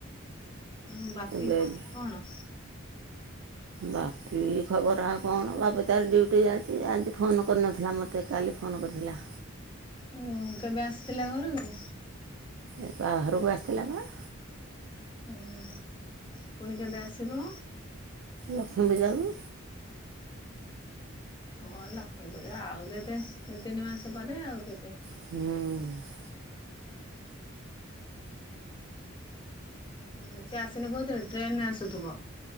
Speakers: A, on the left; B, on the right.
A: ଆଉ ବାପି
B: ବେଡ଼୍
A: ଖବର କଣ?
B: ବାପି ଖବର ଆଉ କଣ। ବାପି ତାର ଡ୍ୟୁଟି ଯାଇଚି। ଆଜି ଫୋନ କରିନଥିଲା ମୋତେ। କାଲି ଫୋନ କରିଥିଲା।
A: ଓ କେବେ ଆସିଲା ଘରୁକୁ?
B: ଏ ବାହାରୁକୁ ଆସିଥିଲା ପା
A: ଉଁ ହୁଁ ପୁଣି କେବେ ଆସିବ?
B: ଲକ୍ଷ୍ମୀ ପୂଜା କୁ।
A: ହଁ ଲକ୍ଷ୍ମୀ ପୂଜା ଆଉ କେତେ ଏ ତିନି ମାସ ପରେ ଆଉ କେତେ?
B: ହୁଁ
A: ହୁଁ ସେ ଆସିନି କୋଉଥିରେ ଟ୍ରେନ ରେ ଆସୁଥୁବ।